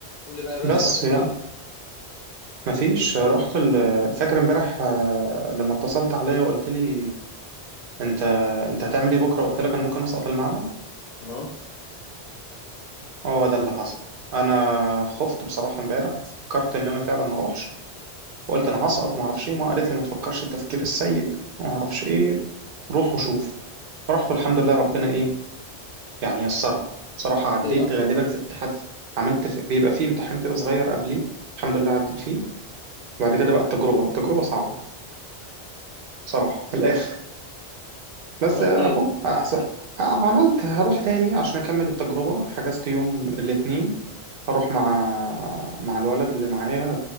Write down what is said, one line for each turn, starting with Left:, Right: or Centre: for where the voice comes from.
Left: قول لي بقى يا باشا
Right: بس
Left: عملت ايه
Right: يعني
Left: النهارده
Right: مفيش رحت ال... فاكر امبارح آه، لما اتصلت عليا وقلت لي انت انت هتعمل ايه بكره قلت لك انا ممكن اسقط المعمل
Left: اها
Right: هو ده اللي حصل انا خفت بصراحه امبارح فكرت ان انا فعلا ما اروحش وقلت انا هسقط وما اعرفش ايه ما قالت لي ما تفكرش التفكير السيء وما اعرفش ايه روح وشوف رحت والحمد لله ربنا ايه يعني يسرها بصراحه
Left: عملت
Right: عديت
Left: ايه بقى
Right: غالبا في اتحاد عملت في... بيبقى فيه امتحان كده صغير قبليه الحمد لله عديت فيه بعد كده بقى التجربه تجربه صعبه بصراحه من الاخر بس
Left: عملت
Right: اهو
Left: ايه
Right: هحس- عملت هروح تاني عشان اكمل التجربة حجزت يوم الاثنين هروح مع مع الولد اللي معايا